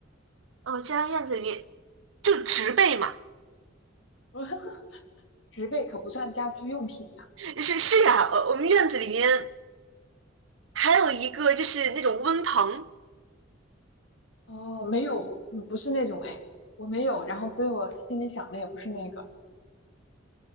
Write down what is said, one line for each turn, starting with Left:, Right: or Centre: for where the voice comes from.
Right: 呃我家院子里面就植被嘛，
Left: <laughs> 植被可不算家居用品呀、
Right: 是是呀，呃我们院子里面还有一个就是那种温棚，
Left: 哦，没有，嗯不是那种哎，我没有，然后所以我心里想的也不是那个。